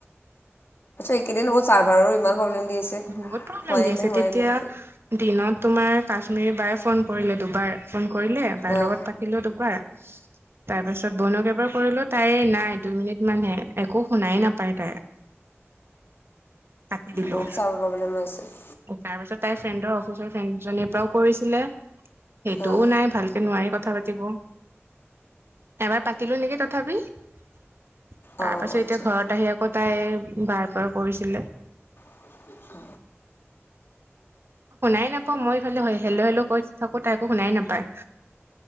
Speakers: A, on the left; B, on the right.
A: এইকেইদিন ছাৰ্ভাৰ ইমান প্ৰব্লেম দি আছে৷
B: বহুত প্ৰব্লেম
A: হোৱাই
B: দি আছে
A: নাই হোৱাই
B: তেতিয়া
A: নাই
B: দিনত তোমাৰ কাশ্মীৰ বায় ফোন কৰিলে দুবাৰ৷ ফোন কৰিলে তাইৰ
A: অঁ
B: লগত পাতিলো দুবাৰ তাৰপিছত বনক এবাৰ কৰিলো তাই নাই দুই মিনিট মানহে একো শুনাই নাপায় তাই৷ কাটি দিলো।
A: বহুত ছাৰ্ভাৰ প্ৰব্লেম হৈ আছে৷
B: তাৰ পিছত তাই ফ্ৰেণ্ডৰ অফিচৰ ফ্ৰেন্দজনিৰ পৰাও কৰিছিলে সেইটোও
A: অঁ
B: নাই ভালকে নোৱাৰি কথা পাতিব৷ এবাৰ পাতিলো নেকি তথাপি তাৰ
A: অঁ
B: পাছত
A: আচ্ছা
B: এতিয়া ঘৰত আহি আহি আকো তাই বাই পৰা কৰিছিলে
A: <unintelligible>
B: শুনাই নাপাওঁ মই ইফালে হেলো হেলো কৰি থাকো তাই একো শুনাই নাপায়৷